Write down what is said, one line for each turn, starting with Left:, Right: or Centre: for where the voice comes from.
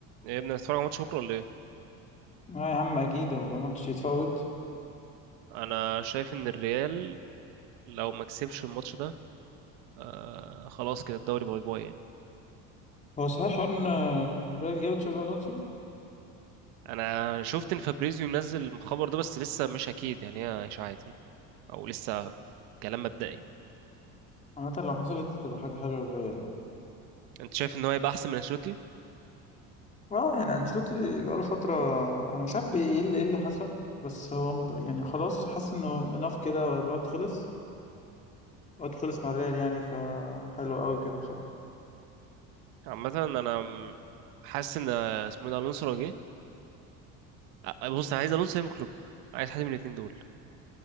Right: ايه يا ابني هتتفرج على ماتش بكره ولا ايه
Left: اه يا عم اكيد هو ده ماتش يتفوت
Right: انا شايف ان الريال لو ما كسبش الماتش ده آه خلاص كده الدوري باي باي يعني
Left: هو صحيح حوار ان ريال جابت شابي الونسو
Right: انا شفت ان فابريزيو منزل الخبر ده بس لسه مش اكيد يعني هي اشاعات يعني او لسه كلام مبدئي
Left: عامة لو حصلت تبقى حاجة حلوة للريال يعني
Right: انت شايف ان هو هيبقى احسن من انشيلوتي
Left: اه يعني انشيلوتي بقاله فترة انا مش عارف بي- ايه اللي ايه اللي حصل بس هو م- يعني خلاص حاسس انه اناف كده هو الوقت خلص الوقت خلص مع الريال يعني فحلو قوي كده بصراحة
Right: عامه انا م- حاسس ان آه، اسمه إيه ده الونسو لو جه آه، آه، بص انا عايز الونسو يا إما كلوب عايز حد من الاثنين دول